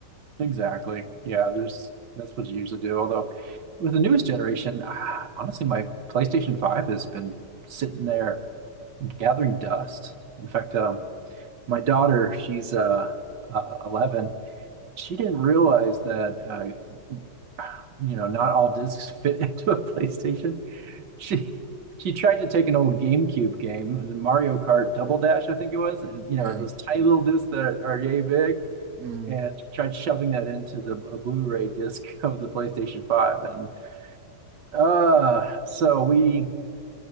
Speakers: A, on the right (about 75°); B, on the right (about 60°).
A: Exactly. Yeah,
B: Yeah,
A: there's that's what you usually do. Although with the newest generation, ah, honestly, my PlayStation 5 has been sitting there gathering dust. In fact, um, my daughter, she's uh, uh 11. She didn't realize that uh, you know, not all discs <laughs> fit into a PlayStation. She she tried to take an old GameCube game, the Mario Kart Double Dash, I think it was, and you
B: yeah,
A: know, those tiny little discs that are yay big,
B: mm,
A: and she tried shoving that into the a Blu-ray disc <laughs> of the PlayStation 5 and uh so we